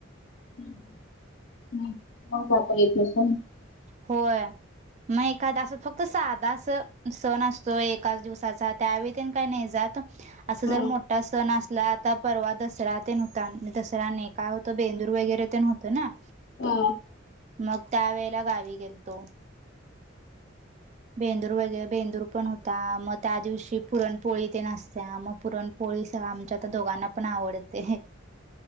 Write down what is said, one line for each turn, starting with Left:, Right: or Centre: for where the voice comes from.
Left: <unintelligible>
Right: होय मग एखादा अस फक्त साधा अस सण असतो एकाच दिवसाचा त्यावेळी ते काही नाही जात असं
Left: हा
Right: जर मोठा सण असत ला आता परवा दसरा ते न होता दसरा्या न काय होत बेंदूर वगैरे ते न होतं ना
Left: हा
Right: मग त्या वेळेला गावी गेलतो भेंदूर वगरे भेंदूर पण होता मग त्या दिवशी पुरणपोळी ते नसत मग पुरणपोळी <inaudible> ळीस आमच्या दोघांना पण आवडते